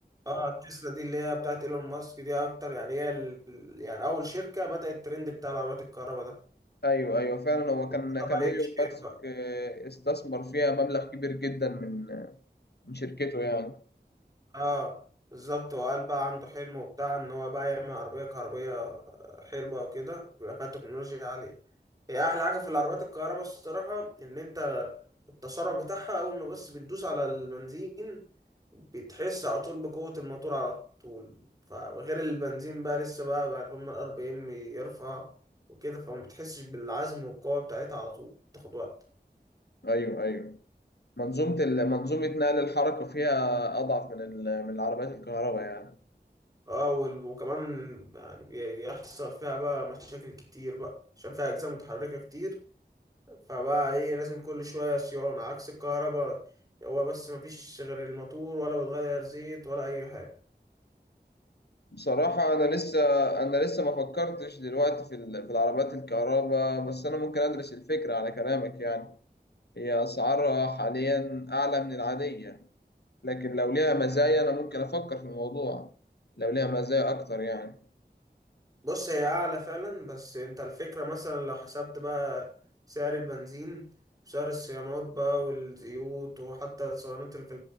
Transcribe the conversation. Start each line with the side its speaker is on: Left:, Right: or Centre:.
Right: اه تسلا دي اللي هي بتاعت ايلون ماسك دي اكتر يعني هي ال- يعني اول شركة بدأت الترند بتاع العربيات الكهرباء ده
Left: ايوه ايوه فعلا هو
Right: وابتدى
Left: كان كان
Right: بقى
Left: ايلون
Right: يتشير
Left: ماسك
Right: بقى
Left: آه، استثمر فيها مبلغ كبير جدا من آه، من شركته يعني
Right: اه بالظبط وقال بقى عنده حلم وبتاع ان هو بقى يعمل عربية كهربية حلوة وكده ويبقى فيها تكنولوجيا عالية هي احلى حاجة في العربيات الكهرباء الصراحة ان انت التسارع بتاعها اول ما بس بتدوس على البنزين بتحس على طول بقوة الموتور على طول فغير البنزين بقى لسه بقى بعد ما الار بي ام يرفع وكده فما بتحسش بالعزم والقوة بتاعتها على طول تاخد وقت
Left: ايوه ايوه منظومه ال- منظومه نقل الحركه فيها اضعف من ال- من العربيات الكهرباء يعني
Right: اه وال- وكمان يعني بي- يحصل فيها بقى مشاكل كتير بقى عشان فيها أجزاء متحركة كتير فبقى ايه لازم كل شوية صيانة عكس الكهرباء هو بس مفيش غير الموتور ولا بتغير زيت ولا أي حاجة
Left: بصراحه انا لسه انا لسه ما فكرتش دلوقتي في ال- في العربيات الكهرباء بس انا ممكن ادرس الفكره على كلامك يعني هي اسعارها حاليا اعلى من العاديه لكن لو ليها مزايا أنا ممكن أفكر في الموضوع لو ليها مزايا أكتر يعني
Right: بص هي أعلى فعلا بس انت الفكرة مثلا لو حسبت بقى سعر البنزين وسعر الصيانات بقى والزيوت وحتى الصيانات اللي في